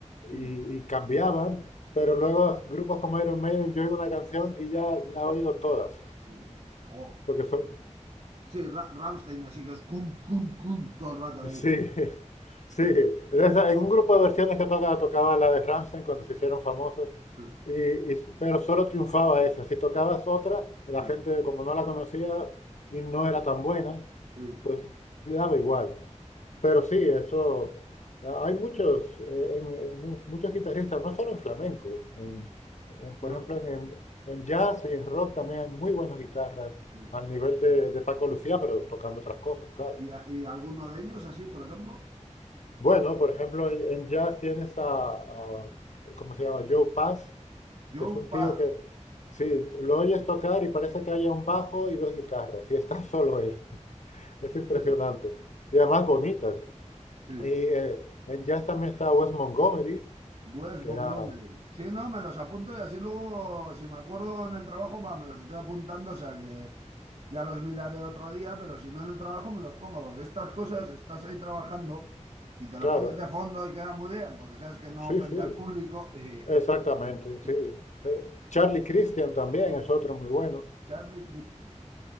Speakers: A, on the left; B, on the right.
A: y,
B: mm,
A: y cambiaban.
B: Sí,
A: Pero luego grupos como Iron Maiden, yo oigo una canción y ya la he oído todas,
B: sí. o,
A: porque son,
B: sí, Ra- Rammstein, así que es cum, cum, cum, todo el rato ahí.
A: Sí, <laughs> sí. esa- en un grupo de versiones que tocaba, tocaba la de Rammstein cuando se hicieron famosos,
B: Mm,
A: y, y- pero solo triunfaba esa. Si tocabas otra, la
B: mm,
A: gente como no la conocía y no era tan buena,
B: Sí.
A: pues le daba igual.
B: mm.
A: Pero sí, eso, a- hay muchos, eh, en- en mu- muchos guitarristas, no solo en flamenco, en-
B: mm.
A: en, por
B: Lo-
A: ejemplo en, en jazz y en rock también hay muy buenas guitarras
B: mm.
A: al nivel de, de Paco Lucía, pero tocando otras cosas, claro.
B: y, a- y alguno de ellos, así, por ejemplo,
A: Bueno, por ejemplo, en en jazz tienes a, a- ¿cómo se llama? Joe Pass,
B: Joe
A: que es un
B: Paz.
A: tío que, sí, lo oyes tocar y parece que haya un bajo y dos guitarras, y está solo él. <laughs> Es impresionante.
B: <laughs>
A: Y además bonita.
B: Sí.
A: Y eh, en jazz también está Wes Montgomery,
B: Wes
A: que
B: Montgomery.
A: era,
B: Sí, no, me los apunto y así luego, si me acuerdo en el trabajo, va, me los estoy apuntando, o sea que ya los miraré otro día, pero si no en el trabajo me los pongo, porque estas cosas estás ahí trabajando y te lo
A: claro,
B: pones de fondo y queda muy bien, porque sabes que no
A: sí,
B: ofende
A: sí,
B: al público. y-
A: exactamente, sí.
B: <laughs>
A: Eh, Charlie Christian también es otro muy bueno.
B: Charlie Christian.